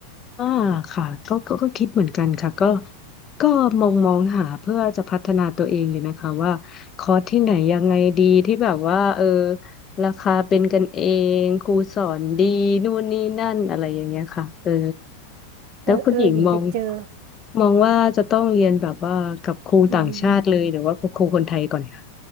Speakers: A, on the left; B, on the right.
A: อ่าค่ะก็ก็ก็คิดเหมือนกันค่ะก็ก็มองมองหาเพื่อจะพัฒนาตัวเองอยู่นะคะว่าคอร์สที่ไหนยังไงดีที่แบบว่าเออราคาเป็นกันเองครูสอนดีนู่นนี่นั่นอะไรอย่างเงี้ยค่ะเออ
B: เออเออหญิงไปเจอ
A: แล้วคุณหญิงมองมองว่าจะต้องเรียนแบบว่ากับครูต่างชาติเลยหรือว่ากับครูคนไทยก่อนค่ะ
B: อืม